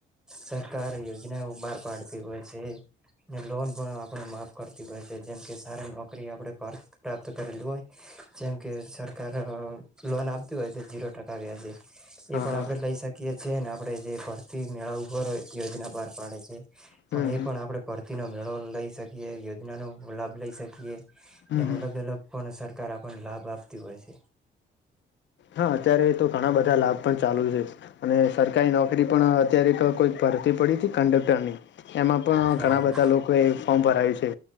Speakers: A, in the centre; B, on the left.
A: સરકાર યોજનાઓ બહાર પાડતી હોય છે. ને લોન પણ આપણે માફ કરતી હોય છે. જેમ કે, સારી નોકરી આપણે પર પ્રાપ્ત કરેલી હોય જેમ કે સરકાર લોન આપતી હોય છે. ઝીરો ટકા વ્યાજે,
B: હા
A: એ પણ
B: હા
A: આપડે લઈ શકીએ છીએ, ને આપ આપણે જે ભરતી મેળા ઉપર યોજના બહાર પાડે છે. પણ
B: હમ
A: એ પણ
B: હમ
A: આપડે ભરતી ન લઈ શકીએ યોજનાનો લાભ લઈ શકીએ.
B: હમ
A: એમાંલગેલો
B: હમ
A: કોણ સરાર સરકારા પણ લાભ આપતી હોય છે
B: હા અત્યારે તો ઘણા બધા લાભ પણ ચાલુ છે અને સરકારી નોકરી પણ અત્યારે કોઈ ભરતી પડી હતી કંડક્ટરની એમાં પણ
A: હા
B: ઘણા
A: હા
B: બધા લોકોએ ફોર્મ ભરાયું છે.